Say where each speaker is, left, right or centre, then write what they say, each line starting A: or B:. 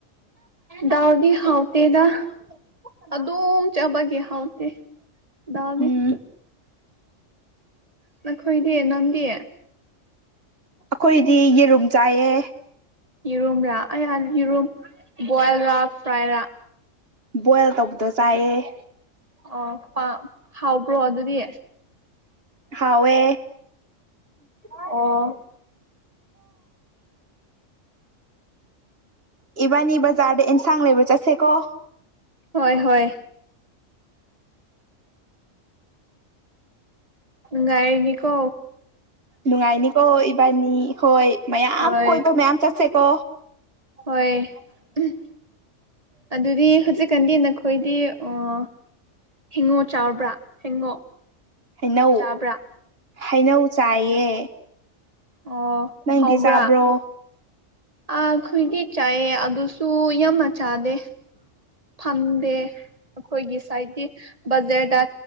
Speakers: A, on the right; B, on the right.
A: ꯗꯥꯜꯗꯤ ꯍꯥꯎꯇ‌ꯦꯗ ꯑꯗꯨꯝ ꯆꯥꯕꯒꯤ ꯍꯥꯎꯇꯦ ꯗꯥꯜꯗꯤ
B: ꯎꯝ
A: ꯅꯈꯣꯏꯗꯦ ꯅꯟꯗꯤ
B: ꯑꯈꯣꯏꯗꯤ ꯌꯦꯔꯨꯝ ꯆꯥꯏꯌꯦ
A: ꯌꯦꯔꯨꯝꯔꯥ ꯑꯩꯌꯥ ꯌꯦꯔꯨꯝ ꯕꯣꯏꯜꯔꯥ ꯐ꯭ꯔꯥꯏꯔꯥ
B: ꯕꯣꯏꯜ ꯇꯧꯕꯗꯣ ꯆꯥꯏꯌꯦ
A: ꯑꯣ ꯑꯥ ꯍꯥꯎꯕ꯭ꯔꯣ ꯑꯗꯨꯗꯤ
B: ꯍꯥꯎꯋꯦ
A: ꯑꯣ
B: ꯏꯕꯥꯅꯤ ꯕꯖꯥꯔꯗ ꯑꯦꯟꯁꯥꯡ ꯂꯩꯕ ꯆꯠꯁꯦꯀꯣ
A: ꯍꯣꯏ ꯍꯣꯏ ꯉꯥꯏꯔꯤꯅꯤꯀꯣ
B: ꯅꯨꯡꯉꯥꯏꯅꯤꯀꯣ ꯏꯕꯥꯅꯤ ꯍꯣꯏ ꯃꯌꯥꯝ
A: ꯍꯣꯏ
B: ꯀꯣꯏꯕ ꯃꯌꯥꯝ ꯆꯠꯁꯦꯀꯣ
A: ꯍꯣꯏ ꯎꯞ ꯑꯗꯨꯗꯤ ꯍꯧꯖꯤꯛꯀꯥꯟꯗꯤ ꯅꯈꯣꯏꯗꯤ ꯑꯥ ꯍꯤꯡꯉꯣ ꯆꯥꯎꯔꯕ꯭ꯔꯥ ꯍꯤꯡꯉꯣ
B: ꯍꯩꯅꯧ
A: ꯆꯥꯕ꯭ꯔꯥ
B: ꯍꯩꯅꯧ ꯆꯥꯏꯌꯦ
A: ꯑꯣ
B: ꯅꯪꯗꯤ
A: ꯍꯥꯎꯕ꯭ꯔꯥ
B: ꯆꯥꯕ꯭ꯔꯣ
A: ꯑꯥ ꯈꯣꯏꯗꯤ ꯆꯥꯏꯌꯦ ꯑꯗꯨꯁꯨ ꯌꯥꯝꯅ ꯆꯥꯗꯦ ꯐꯝꯗꯦ ꯑꯩꯈꯣꯏꯒꯤ ꯁꯥꯏꯠꯇꯗꯤ ꯕꯖꯔꯗ